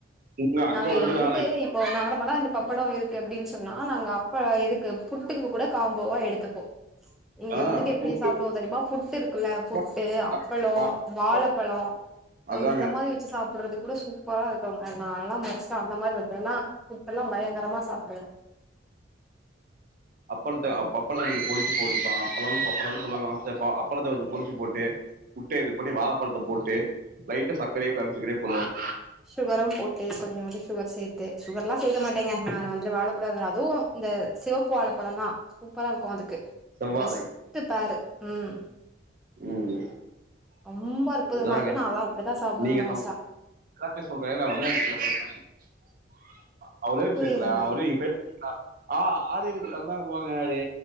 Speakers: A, on the right; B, in the centre.
A: <inaudible>
B: நாங்க இத
A: ஒண்ணுதானா
B: வந்துட்டு இப்போ நார்மலா இந்த பப்படோ இருக்கு அப்டின் சொன்னா நாங்க அப்ப எதுக்கு புட்டுக்கு கூட காம்போவா எடுத்துப்போ இங்க
A: ஆஹ்
B: வந்துட்டு எப்டி
A: புட்டு
B: சாப்டுவோ தெரிமா புட்டு் இருக்குல புட்டு
A: பப்படம்,
B: அப்பளோ
A: பா-
B: வாழப்பழோ
A: அதாங்க
B: இந்த மாரி வச்சி சாப்பற்றதுக் கூட சூப்பரா இருக்கு நாலா மோஸ்ட்டா அந்த மாரி இருந்தனா இப்பல்லா பயங்கரமா சாப்புடுவ
A: அப்பளத்த அ அப்பளத்த பொடிச்சி போட்டுப்பா அப்ளத்த பப்பளனு சொல்லுவாங்க அப்பளத்த பொடிச்சு போட்டு புட்ட இது பண்ணி வாழப்பழத்த போட்டு லைட்டா சக்கரயோ கரும்பு சக்கரயோ போடுவாங்க
B: ஷுகரும் போட்டு கொஞ்சோ வந்து ஷுகர் சேத்து ஷுகர்லா சேக்க மாட்டங்க நா வந்துட்டு வாழைப்பழத்த அதுவு இந்த சிவப்பு வாழப்பழந்தா சூப்பரா இருக்கு அதுக்கு
A: செவ்வாழை
B: பெஸ்டு பேர்ரு ம்
A: ம்
B: ரொம்ப அற்புதமா
A: அதாங்க
B: இருக்கு நாலா அப்டிதா சாப்டுவே
A: நீங்க
B: மோஸ்ட்டா
A: ந சொல்றே நா வந்து சொல்ற <unintelligible> ஒரே நிமிஷோ
B: புரியலங்க
A: அவரு <inaudible> அ ஆ ஆது இதுக்கு தந்தாங்க பங்காளி